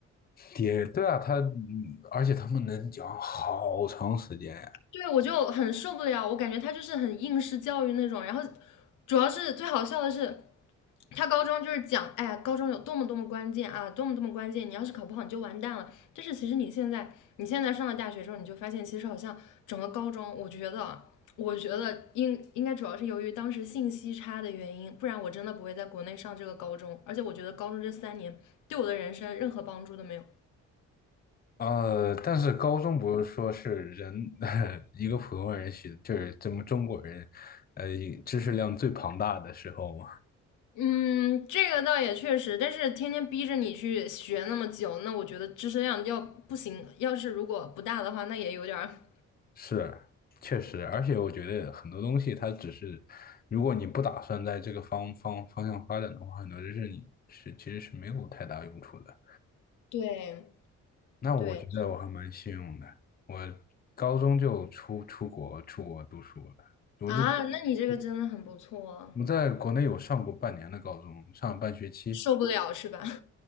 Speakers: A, on the left; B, on the left.
A: 也对啊，他，嗯而且他们能讲好长时间呀。
B: 对我就很受不了，我感觉他就是很应试教育那种，然后主要是最好笑的是。他高中就是讲，哎呀，高中有多么多么关键啊，多么多么关键，你要是考不好你就完蛋了。但是其实你现在，你现在上了大学之后，你就发现其实好像整个高中，我觉得啊，我觉得应应该主要是由于当时信息差的原因，不然我真的不会在国内上这个高中。而且我觉得高中这三年对我的人生任何帮助都没有。
A: 呃，但是高中不是说是人，<laughs> 一个普通人学，就是咱们中国人，呃，知识量最庞大的时候嘛。
B: 嗯，这个倒也确实，但是天天逼着你去学那么久，那我觉得知识量要不行，要是如果不大的话，那也有点儿。
A: 是，确实，而且我觉得很多东西它只是，如果你不打算在这个方方方向发展的话，很多知识你是其实是没有太大用处的。
B: 对
A: 那我觉得我还蛮幸运的，
B: 对，
A: 我高中就出出国出国读书了。我就
B: 啊，那你这个真的很不错啊，
A: 我在国内有上过半年的高中，上了半学期，
B: 受不了是吧？<laughs>